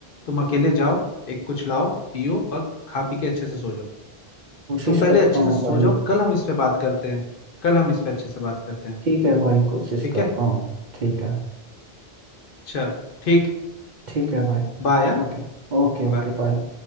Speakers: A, on the left; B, on the right.
A: तुम अकेले जाओ एक कुछ लाओ पियो और खा पी के अच्छे से सो जाओ
B: कोशिश
A: तुम पहले
B: करता
A: अच्छे
B: हूँ
A: से सो
B: भाई
A: जाओ कल हम इस पे बात करते हैं कल हम इस पे अच्छे से बात करते हैं
B: ठीक है भाई कोशिश
A: ठीक
B: करता
A: है
B: हूँ ठीक है
A: चलो ठीक
B: ठीक है भाई
A: बाय हाँ
B: ओके Okay okay
A: बाय
B: bye